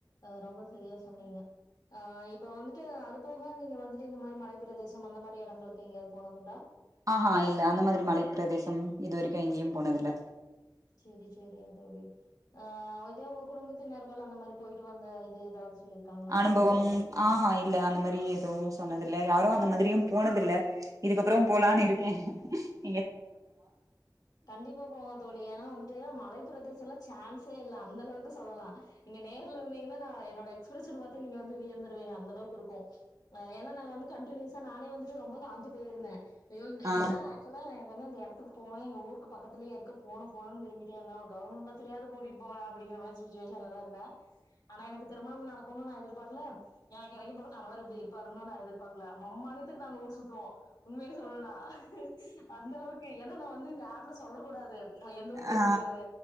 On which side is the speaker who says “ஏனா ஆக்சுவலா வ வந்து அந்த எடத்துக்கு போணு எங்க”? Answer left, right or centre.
Left